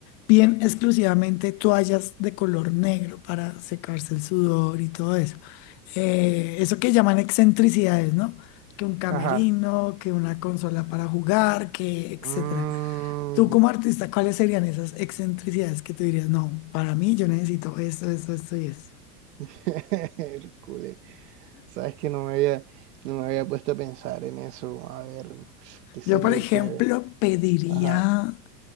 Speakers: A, on the left; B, on the right.
A: bien exclusivamente toallas de color negro para secarse el sudor y todo eso. Eh, eso que llaman excentricidades, ¿no? Que un camerino,
B: ajá.
A: que una consola para jugar, que etcétera.
B: Mm,
A: Tú como artista, ¿cuáles serían esas excentricidades que tú dirías, no, para mí yo necesito esto, esto, esto y esto?
B: <laughs> Hércules. Sabes que no me había, no me había puesto a pensar en eso. A ver, qué sería
A: Yo, por ejemplo,
B: chévere.
A: pediría,
B: Ajá,